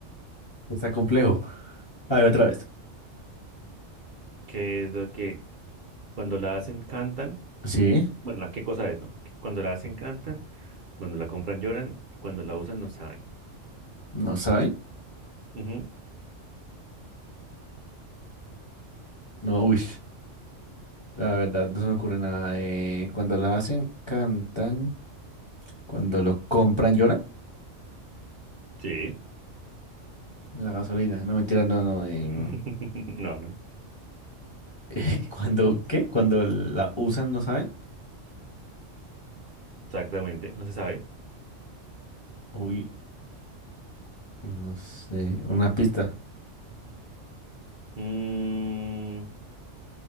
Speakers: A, on the left (about 30°); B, on the right (about 50°).
A: está complejo. A ver, otra vez.
B: ¿Qué es lo que cuando la hacen, cantan?
A: Sí,
B: Bueno, la- ¿qué cosa es, no? Que cuando la hacen, cantan, cuando la compran, lloran y cuando la usan no saben.
A: no saben.
B: Ujú,
A: No, uy, la verdad no se me ocurre nada. Eh, cuando la hacen, cantan. Cuando lo compran, lloran.
B: Sí.
A: La gasolina, no mentira, no, no. em,
B: <laughs> No, no,
A: <laughs> cuando, ¿qué? Cuando la usan, no saben.
B: exactamente, no se sabe.
A: Uy, no sé, una pista.
B: Mm,